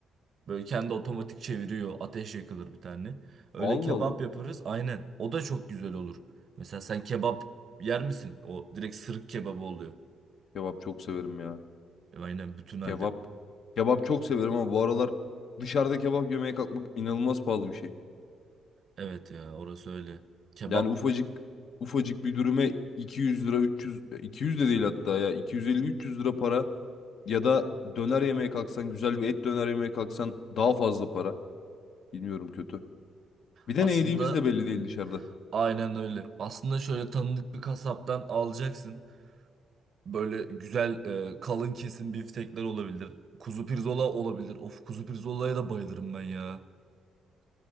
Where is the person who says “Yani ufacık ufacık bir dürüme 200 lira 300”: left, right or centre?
Left